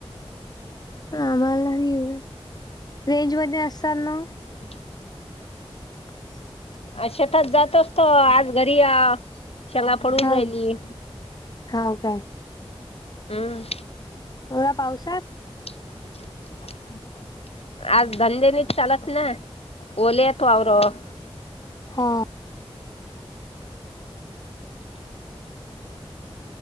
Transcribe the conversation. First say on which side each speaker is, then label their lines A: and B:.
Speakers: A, on the left; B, on the left.
A: आम्हाला नाही येऊन. रेंज मध्ये असाल ना.
B: <unintelligible>
A: <unintelligible>
B: अ शेतात जात असतो. आज घरी हाव सगला पडून
A: हाव
B: राहिली.
A: हाव काय.
B: हं.
A: कव्हा पावसात.
B: <unintelligible> आज दांधेल चालत ना. ओलेयतवावरत.
A: हा.